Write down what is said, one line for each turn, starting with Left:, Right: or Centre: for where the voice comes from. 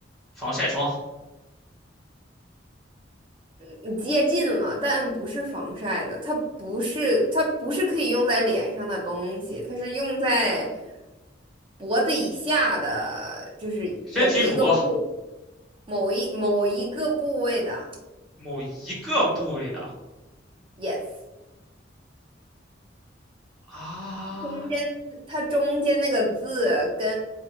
Centre: 防晒霜、
Right: 你接近了，但不是防晒的，它不是它不是可以用在脸上的东西，它是用在脖子以下的，就是某一个部
Centre: 身体乳，
Right: 某一某一个部位的。
Centre: 某一个部位的
Right: Yes，
Centre: 啊。
Right: 中间它中间那个字跟